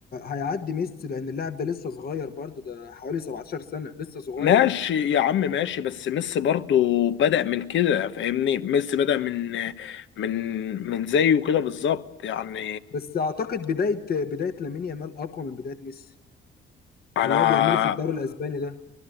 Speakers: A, on the left; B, on the left.
A: هيعدي ميسي لان اللاعب ده لسه صغير برضو ده حوالي 17 سنة لسه صغير
B: ماشي يا عم ماشي بس ميسي برضو بدأ من كده فاهمني ميسي بدأ من من من زيه كده بالظبط يعني
A: بس اعتقد بداية بداية لامين يامال اقوى من بداية ميسي
B: انا
A: على اللي هو بيعمله في الدوري الاسباني ده